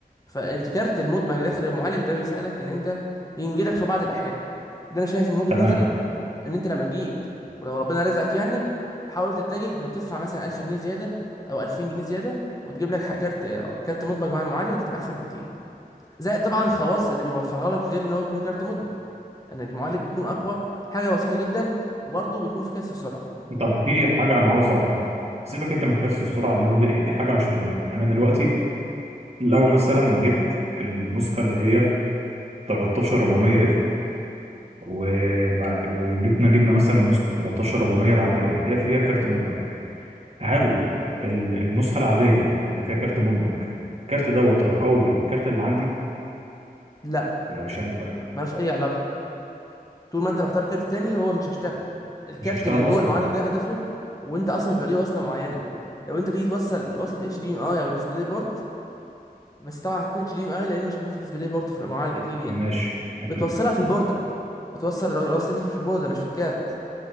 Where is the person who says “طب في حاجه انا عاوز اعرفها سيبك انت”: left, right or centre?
Right